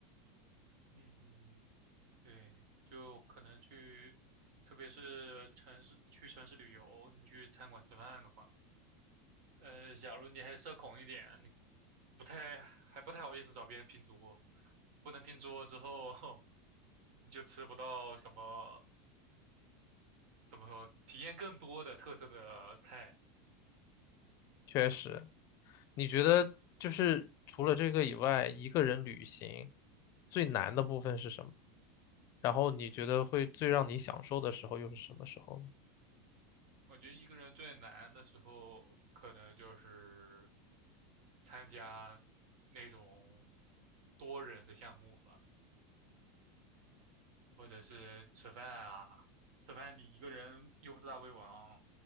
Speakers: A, on the right; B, on the left.
A: 嗯，对，就可能去，特别是城市去城市旅游，你去餐馆吃饭的话，呃，假如你还社恐一点，你不太还不太好意思找别人拼桌，不能拼桌之后，<laughs> 你就吃不到什么怎么说体验更多的特色的菜。
B: 确实，你觉得就是除了这个以外，一个人旅行最难的部分是什么？然后你觉得会最让你享受的时候又是什么时候呢？
A: 我觉得一个人最难的时候，可能就是参加那种多人的项目吧，或者是吃饭啊。吃饭你一个人又不是大胃王，